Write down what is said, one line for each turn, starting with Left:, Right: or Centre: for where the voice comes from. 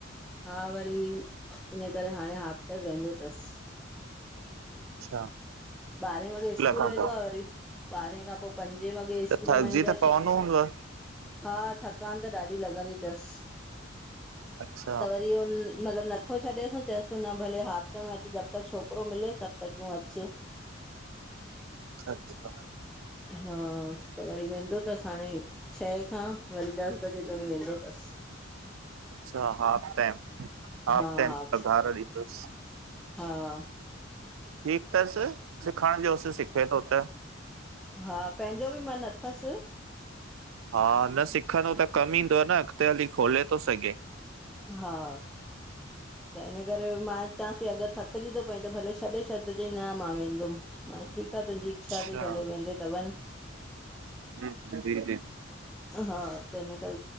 Centre: हा वरी इञें करे, हाण हाफ टाइम वेंदो तसि
Right: अच्छा
Centre: ॿारहें वॻे स्कूल
Right: खां
Centre: वेंदो
Right: पोइ
Centre: आह वरी ॿारहें खां पो पंजे वॻे
Right: त
Centre: स्कूल
Right: थकिजी
Centre: मां ईंदो
Right: त पवंदो
Centre: स
Right: हूंदव
Centre: हा थकानु त ॾाढी लॻंदी थसि!
Right: अच्छ
Centre: त वरी उन मतिलबु नथो छॾेसि न? चयसि तो न भले हाफ टाइम अचु। जब तक छोकिरो मिले तब तक तूं अचु। <unintelligible>
Right: अच्छा
Centre: हा त वरी वेंदो थसि हाणे, छः खां वरी दस बजे ताई वेंदो थसि,
Right: च्छा? हाफ टैम, हाफ
Centre: हा
Right: टैम
Centre: हा
Right: पघारु ॾींदुसि
Centre: हा।
Right: ठीकु थसि सिखुण जो सिखे थो उते।
Centre: हा, पेंजो बि मनु अथसि।
Right: हा न, सिखंदो त कमु ईंदो न अॻिते हली खोले तो सघे।
Centre: हा। त इन करे मां चांसि बि अगरि थकिजी थो पई, त भले छॾे छॾिजी चंंइ न मां वेंदुमि। हाण ठीकु आह, तुंजी
Right: अच्छा
Centre: इच्छा तइ भले वेंदे त वञं।
Right: हम्म! जी, जी
Centre: हा त इन करे